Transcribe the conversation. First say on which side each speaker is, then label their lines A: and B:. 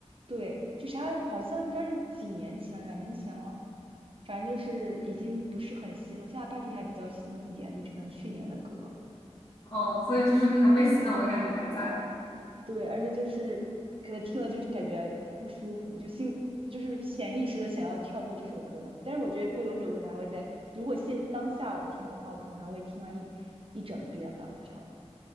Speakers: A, on the right; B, on the left.
A: 对，就是它好像应该是几年前，两年前了，反正就是已经不是很新了。像阿帕蒂还比较新一点，就可能去年的歌。
B: 哦，所以就是那种被洗脑的感觉还在。
A: 对，而且就是可能听了就感觉不舒服，就心就是潜意识的想要跳过这首歌。但是我觉得《孤勇者》我可能还会在，如果现当下我听的话，我可能还会听完一一整遍吧，这样。